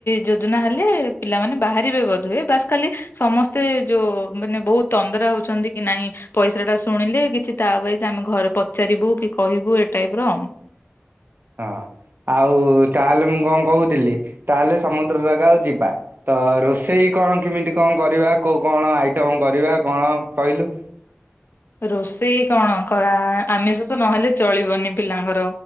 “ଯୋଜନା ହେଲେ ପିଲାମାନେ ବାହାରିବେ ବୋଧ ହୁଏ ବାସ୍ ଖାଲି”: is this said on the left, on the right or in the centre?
Left